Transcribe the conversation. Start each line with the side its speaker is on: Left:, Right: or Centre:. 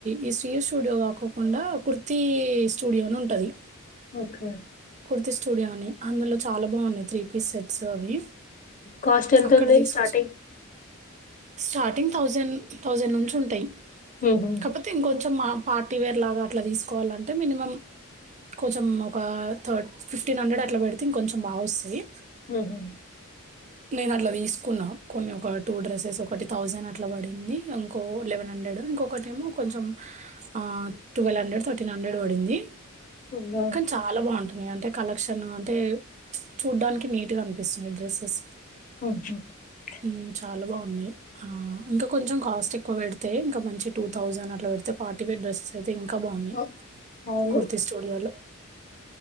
Right: ఈ శ్రీయు స్టూడియో కాకోకుండా కుర్తి స్టూడియో అన్ ఉంటది.
Left: ఓకే
Right: కుర్తి స్టూడియో అని అందులో చాలా బాగున్నాయి త్రీ పీస్ సెట్స్ అవి
Left: కాస్ట్ ఎంత
Right: అక్కడ
Left: ఉంది
Right: తీసుకొచ్చు.
Left: స్టార్టింగ్
Right: స్టార్టింగ్ థౌజండ్ థౌజండ్ నుంచి ఉంటాయి.
Left: హుహు.
Right: కాకపోతే ఇంకొంచెం మా పార్టీ వేర్ లాగా అట్లా తీసుక్ కోవాలంటే మినిమం కొంచెం ఒక థ ఫిఫ్న్ హండ్రెడ్ అట్లా పెడితే ఇంకంచెం బా వస్తాయి.
Left: హ్మ్ హు
Right: నేను అట్లా తీసుకున్నా కొన్ని ఒక టూ డ్రెస్సెస్ ఒకటి థౌసండ్ అట్లా పడింది. ఇంకో లెవెన్ హండ్రెడ్ ఇంకొకటి ఏమో కొంచెం ఆ ట్వెల్వ్ హండ్రెడ్ థర్టీన్ హండ్రెడ్ పడింది.
Left: అవునా?
Right: కానీ చాలా బాగుంటుం న్నీ అంటే కలెక్షన్ అంటే ప్చ్ చూడ్డానికి నీట్ గా అనిపిస్తున్నాయి డ్రెస్సెస్
Left: <unintelligible>
Right: హ్మ్ చాలా బాగున్నాయి ఆ ఇంకా కొంచెం కాస్ట్ ఎక్కువ పెడితే ఇంకా మంచి టూత్ థౌజండ్ అట్లా పెడితే పార్టీవేర్ డ్రెస్సెస్ అయితే ఇంకా బాగున్నాయి.
Left: అ అవును.
Right: కుర్తి స్టూడియోలో